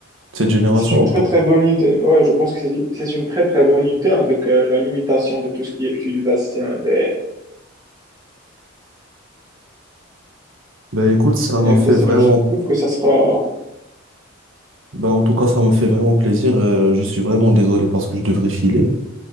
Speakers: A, on the right; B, on the right.
A: cette génération
B: c'est une
A: ou
B: très
A: pas?
B: très bonne idée. Ouais, je pense que c'est c'est une très très bonne idée avec euh, la limitation de tout ce qui est utilisation des,
A: Ben écoute, ça m'a
B: des
A: fait
B: PC.
A: vraiment,
B: Je trouve que ça sera...
A: ben en tout cas, ça m'a fait vraiment plaisir. Euh, je suis vraiment désolé parce que je devrais filer.